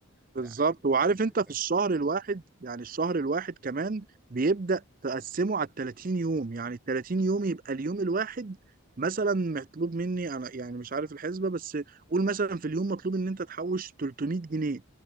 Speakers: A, in the centre; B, on the right.
A: لا
B: بالظبط
A: عجبتني
B: وعارف
A: قوي الفكره
B: انت في الشهر الواحد يعني الشهر الواحد كمان بيبدأ تقسمه على 30 يوم يعني 30 يوم يبقى اليوم الواحد مثلا مطلوب مني انا يعني مش عارف الحسبة بس قول مثلا في اليوم مطلوب ان انت تحوش 300 جنيه